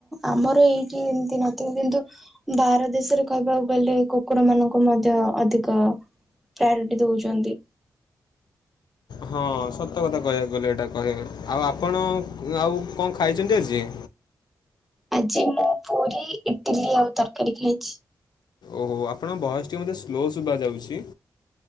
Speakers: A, in the centre; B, on the left (about 80°).
A: ଆମର ଏଇଠି ଏମିତି ନଥିବ କିନ୍ତୁ ବାହାର ଦେଶରେ କହିବାକୁ ଗଲେ କୁକୁର ମାନଙ୍କୁ ମଧ୍ୟ ଅଧିକ ପ୍ରାୟୋରିଟି ଦଉଚନ୍ତି।
B: ହଁ ସତ କଥା କହିବାକୁ ଗଲେ ଏଇଟା କହିବ। ଆଉ ଆପଣ ଆଉ କଣ ଖାଇଚନ୍ତି ଆଜି?
A: ଆଜି ମୁଁ ପୁରି, ଇଟିଲି ଆଉ ତରକାରୀ ଖାଇଚି।
B: ଓହୋ ଆପଣଙ୍କ ଭଏସ୍ ଟିକେ ମୋତେ ସ୍ଲୋ ଶୁଭା ଯାଉଚି।